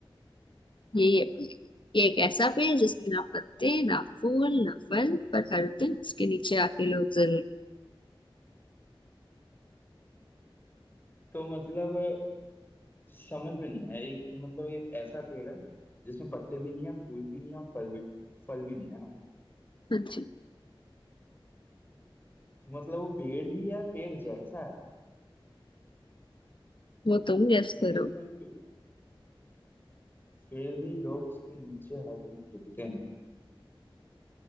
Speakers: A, on the left; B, on the left.
A: हैं। यही है पेड़ ये एक ऐसा पेड़ है जिसमें ना पत्ते ना फूल ना फल पर हर दिन उसके नीचे आके लोग जरूर
B: तो मतलब समझ में नहीं आया एक तो मतलब एक ऐसा पेड़ है जिसमें पत्ते भी नहीं है फूल भी नहीं है और फल भी फल भी नहीं है ना
A: हाँ जी
B: तो मतलब वो पेड़ ही या पेड़ जैसा है
A: वो तुम गेस
B: क्योंकि
A: करो
B: ये तो फिर पे- फिर भी लोग उसके नीचे हर दिन रुकते हैं